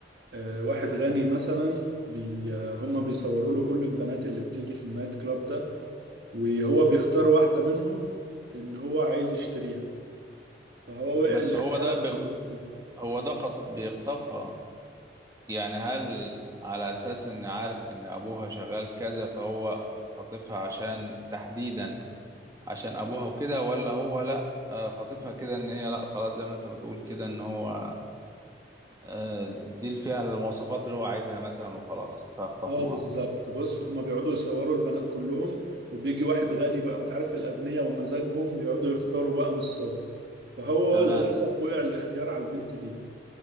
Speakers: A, on the right (about 60°); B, on the right (about 20°).
A: آه، واحد غني مثلا بي آه، هم بيصوروا له كل البنات اللي بتيجي في النايت كلاب ده وهو بيختار واحدة منهم إن هو عايز يشتريها فهو وقع
B: بس
A: الاختيار
B: هو ده
A: على
B: بيخ...
A: البنت دي
B: هو ده خط... بيخطفها يعني هل على أساس إن عارف إن أبوها شغال كذا فهو خاطفها عشان تحديدا عشان أبوها وكده ولا هو لأ آه، خاطفها كده إن هي لأ خلاص زي ما أنت بتقول كده إن هو آه، دي اللي فيها المواصفات اللي هو عايزها مثلا وخلاص فاخطفوها
A: اه بالظبط بص هما بيقعدوا يصوروا البنات كلهم وبيجي واحد غني بقى انت عارف الأغنياء ومزاجهم بيقعدوا يختاروا بقى من الصور فهو
B: تمام
A: للأسف وقع الاختيار على البنت دي